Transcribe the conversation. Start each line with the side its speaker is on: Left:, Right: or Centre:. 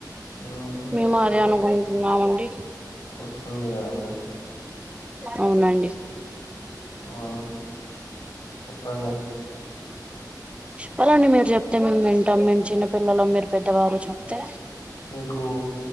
Left: హ్మ్.
Right: మేము అదే అనుకుంటున్నామండి
Left: వస్తుందిగాదండి
Right: అవునండి
Left: ఆమ్ చెప్పండి
Right: చెప్పాలండి మీరు చెప్తే మేం వింటాం మేం చిన్నపిల్లలం మీరు పెద్దవారు చెప్తే
Left: మీకు